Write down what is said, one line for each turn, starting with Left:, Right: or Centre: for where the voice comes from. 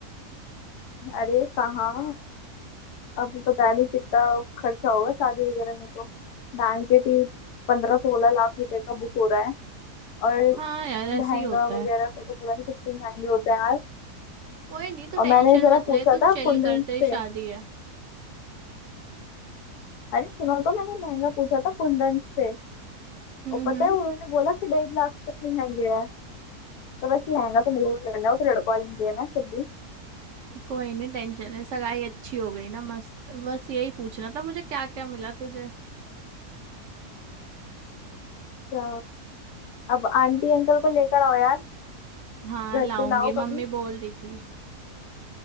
Left: अरे कहाँ अब पता नहीं कितना खर्चा होगा शादी वगैरह में तो बैंकेट ही पंद्रह सोलह लाख रुपए का बुक हो रहा है और
Right: हाँ यार ऐसे
Left: लहंगा
Right: ही होता
Left: वगैरह
Right: है
Left: का तो पता नहीं कितने महंगे होते हैं यार
Right: कोई नहीं तू
Left: और
Right: टेंशन
Left: मैंने जरा
Right: मत
Left: पूछा
Right: ले तू
Left: था
Right: चिल
Left: कुंदन
Right: कर
Left: से
Right: तेरी शादी है
Left: अरे सुनो तो मैंने लहंगा पूछा था कुंदन से
Right: हम्म
Left: और पता
Right: हम्म
Left: है उन्होंने बोला कि डेढ़ लाख तक के लहंगे हैं तो वैसे लहंगा तो मेरे को करना है वो तो लड़कों वाले ने देना है फिर भी
Right: कोई नहीं टेंशन है सगाई अच्छी हो गई ना मस्त बस यही पूछना था मुझे क्या क्या मिला तुझे
Left: तो अब आंटी अंकल को लेकर आओ यार
Right: हाँ
Left: घर
Right: लाऊंगी
Left: पे लाओ कभी
Right: मम्मी बोल रही थी